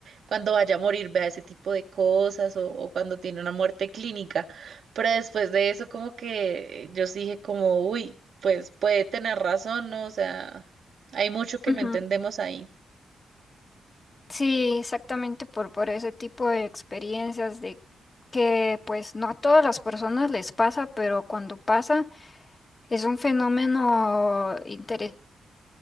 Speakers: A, on the right; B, on the left.
A: cuando vaya a morir vea ese tipo de cosas o, o cuando tiene una muerte clínica. Pero después de eso como que yo sí dije como, uy, pues puede tener razón, ¿no? O sea, hay mucho que
B: ujú.
A: no entendemos ahí.
B: Sí, exactamente por, por ese tipo de experiencias de que pues no a todas las personas les pasa, pero cuando pasa es un fenómeno interesante